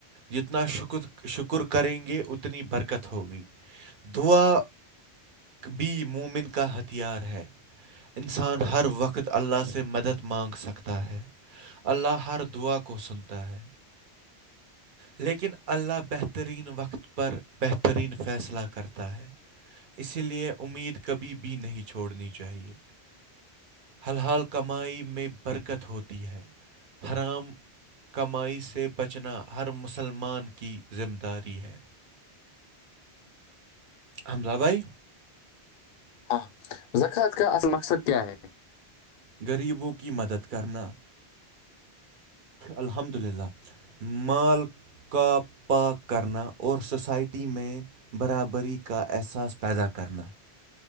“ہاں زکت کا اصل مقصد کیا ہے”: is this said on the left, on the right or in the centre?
Left